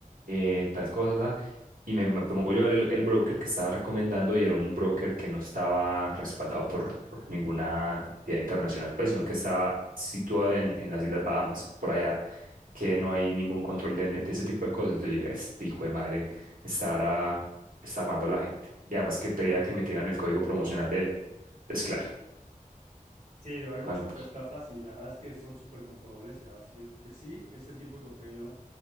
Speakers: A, on the right; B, on the right.
A: eh, tal cosa, tal. Y me, me pongo yo a ver el, el broker que estaba recomendando y era un broker que no estaba respaldado por, por ninguna entidad internacional, pues, sino que estaba situado en, en las Islas Bahamas, por allá, que no hay ningún control de, de ese tipo de cosas. Entonces yo dije, este hijo de madre estará estafando a la gente. Y además que pedía que me tiraran el código promocional de él. Entonces, claro,
B: Sí, hay un
A: cuan-
B: chorro de estafas y la verdad es que son súper comprobables y la verdad es que yo creo que sí, ese tipo de contenido